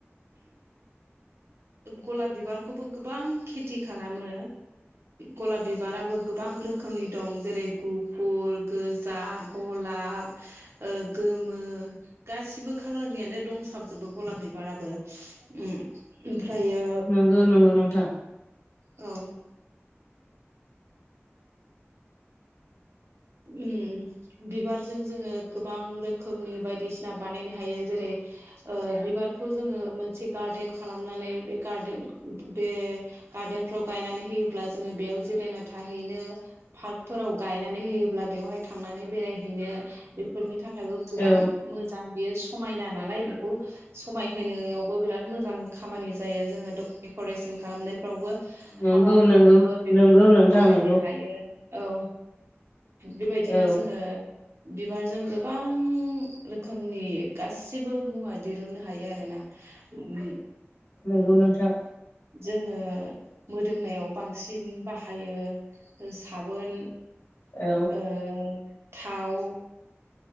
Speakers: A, on the right; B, on the left.
A: गलाब बिबारखौबो गोबां खेथि खालामो गलाब बिबाराबो गोबां रोखोमनि दं जेरै गुफुर गोजा गलाब गोमो गासिबो खालारनियानो दंसाबजोबो गलाब बिबाराबो ओ ओमफ्रायो
B: ओ नंगौ नोंथां
A: औ उम बिबारजों जोङो गोबां रोखोमनि बायदिसिना बानायनो हायो जेरै बिबारखौ जोङो मोनसे गार्देन खालामनानै बे गार्देन बे गार्देनफ्राव गायनानै होयोब्ला जोङो बेयाव जिरायना थाहैनो पार्कफोराव गायनानै होयोब्ला बेवहाय थांनानै बेरायहैनो बेफोरनि थाखाय ओमायबो गोबां
B: औ
A: मोजां बेयो समायना नालाय बेखौ समाय होनायावबो बिराद मोजां खामानि जायो जोङो डेक'रेसन खालामनाय फोरावबो
B: नंगौ
A: हाबाफोरावबो
B: नंगौ
A: बेफोरखौ
B: नंगौ नोंथां
A: बाहायनो
B: नंगौ
A: हायो औ बेबायदिनो
B: औ
A: जोङो बिबारजों गोबां रोखोमनि गासिबो मुवा दिरुननो हायो आरोना उम
B: नोंगौ नोंथां
A: जोङो मोदोमनायाव बांसिन बाहायो साबोन
B: औ
A: ओ थाव